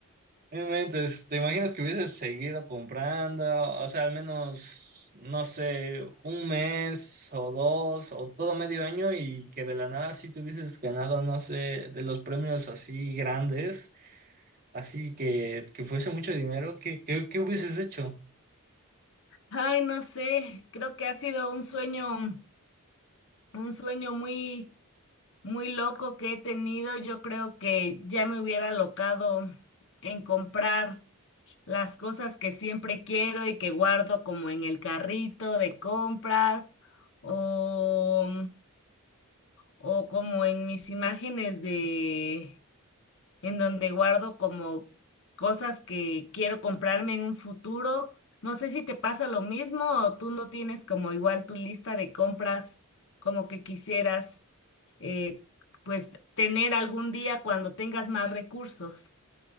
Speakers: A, on the right; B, on the left.
A: No inventes, ¿te imaginas que hubieses seguido comprando? O sea, al menos, no sé, un mes o dos o todo medio año y que de la nada sí te hubieses ganado, no sé, de los premios así grandes, así que, que fuese mucho dinero, ¿qué, qué, qué hubieses hecho?
B: Ay, no sé, creo que ha sido un sueño, un sueño muy, muy loco que he tenido. Yo creo que ya me hubiera locado en comprar. las cosas que siempre quiero y que guardo como en el carrito de compras o, o como en mis imágenes de en donde guardo como cosas que quiero comprarme en un futuro. No sé si te pasa lo mismo o tú no tienes como igual tu lista de compras como que quisieras eh, pues tener algún día cuando tengas más recursos.